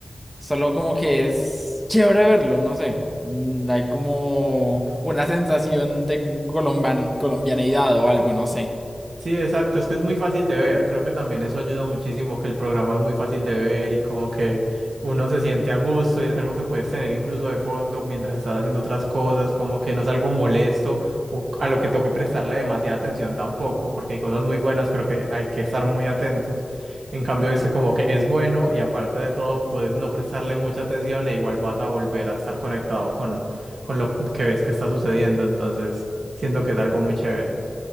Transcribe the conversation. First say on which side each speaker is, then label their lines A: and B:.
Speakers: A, in the centre; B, on the right.
A: solo como que es chévere verlo, no sé. Mm, Hay como una sensación de colomban- colombianidad o algo, no sé.
B: Sí, exacto, es que es muy fácil de ver, creo que también eso ayuda muchísimo, que el programa es muy fácil de ver y como que uno se siente a gusto y es algo que puedes tener incluso de fondo mientras estás haciendo otras cosas, como que no es algo molesto o a lo que toque prestarle demasiada atención tampoco, porque hay cosas muy buenas, pero que hay que estar muy atentos. En cambio, este como que es bueno y aparte de todo, puedes no prestarle mucha atención e igual vas a volver a estar conectado con, con lo que ves que está sucediendo, entonces siento que es algo muy chévere.